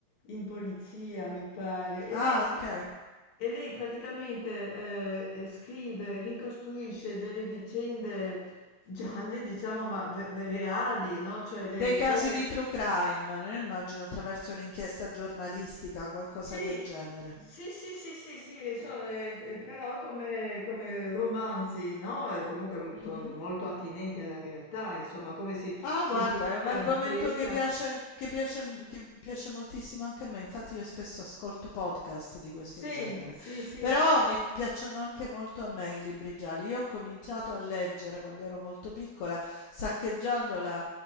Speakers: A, on the left; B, on the left.
A: in polizia, mi pare, e
B: Ah,
A: lei scrive,
B: ok.
A: e lei praticamente eh, eh, scrive, ricostruisce delle vicende gialle, diciamo, ma ve- ve- reali, no? Cioè, dei-
B: Dei casi
A: come...
B: di true crime, eh, immagino attraverso l'inchiesta giornalistica, qualcosa
A: Sì,
B: del genere.
A: sì, sì, sì, sì, sì, so, eh, eh, però come, come romanzi, no? E comunque mhmm,
B: Mhm.
A: con- molto attinenti alla realtà, insomma, come si
B: Ah,
A: si
B: guarda,
A: sviluppa
B: è un argomento
A: l'inchiesta.
B: che piace, che piace, che piace moltissimo anche a me, infatti io spesso ascolto podcast di questo
A: Sì,
B: genere,
A: sì, sì,
B: però mi piacciono anche molto a me i libri gialli. Io ho cominciato a leggere quando ero molto piccola, saccheggiando la,